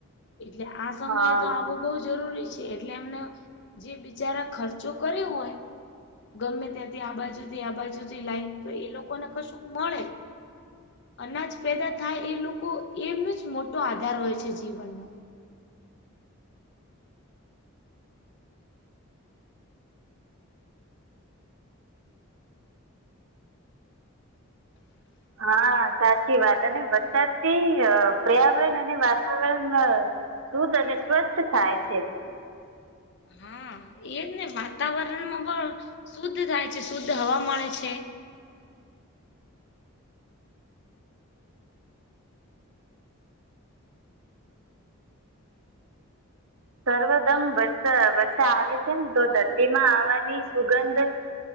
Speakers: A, on the left (about 50°); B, on the right (about 70°).
A: એટલે આ સમયે
B: હા
A: તો આવો. બહ જરૂરી છે એટલે એમને જે બિચારા ખર્ચો કર્યો હોય. ગમે ત્યાંથી આ બાજુથી આ બાજુથી લાઈને તો એ લોકોને કશું મળે. અનાજ પેદા થાય એ લોકો એમનું જ મોટો આધાર હોય છે જીવનનો.
B: હા સાચી વાત અને વરસાદથી પર્યાવરણ અને વાતાવરણ. શુદ્ધ અને સ્વચ્છ થાય છે.
A: હા એજ ને વાતાવરણમાં પણ શુદ્ધ થાય છે શુદ્ધ હવા મળે છે.
B: સર્વદમ વર્ષ વર્ષા આવે છે ને તો ધરતીમાં આવવાની સુગંધ.